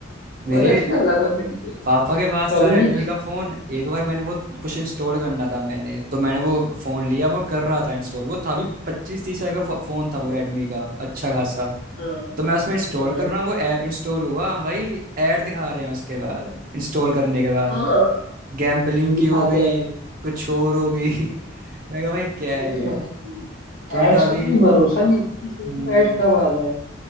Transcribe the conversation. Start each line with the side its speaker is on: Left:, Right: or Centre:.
Right: मेरे
Left: बहुत अच्छा चल रहा था मतलब कि कोई
Right: पापा के पास
Left: प्रॉब्लम
Right: था रेडमी
Left: नहीं था
Right: का फोन एक बार मैंने वो कुछ इंस्टॉल करना था मैंने तो मैंने वो फोन लिया मैं वो कर रहा था इंस्टॉल वो था भी पच्चीस तीस हजार का फो- फोन था वो रेडमी का अच्छा खासा
Left: हाँ
Right: तो मैं उसमें इंस्टॉल
Left: हाँ
Right: कर रहा हूँ वो ऐप इंस्टॉल हुआ हाँ भाई ऐड दिखा रहे हैं उसके बाद इंस्टॉल करने के बाद
Left: हाँ हाँ,
Right: गैम्बलिंग
Left: दिखाते
Right: की हो गई
Left: हैं
Right: कुछ और हो गई <laughs> मैं कहा भाई क्या है
Left: अरे
Right: ये
Left: भाई
Right: तो उनका
Left: एड्स
Right: अभी
Left: का तो कोई भरोसा नहीं किस तरीके
Right: हम्म
Left: का एड कब आ जाए